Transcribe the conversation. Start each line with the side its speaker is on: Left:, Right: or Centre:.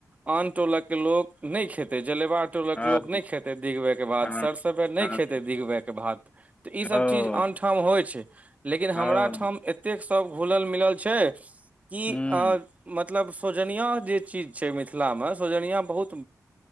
Right: आन टोलक के लोक नहि खेते जलेवा टोलक
Left: हँ
Right: लोक नहि खेते दिघबै के भात
Left: हँ
Right: सर सब नहि
Left: हँ
Right: खेते दिघबै के बाद तऽ ई सब
Left: ओ
Right: चीज आन ठाम होइ छै लेकिन
Left: हँ
Right: हमरा ठाम एतेक सब घुलल मिलल छै कि
Left: हूँ
Right: अऽ मतब मतलब सौजनिआ जे चीज छै मिथिला में सौजनिया बहुत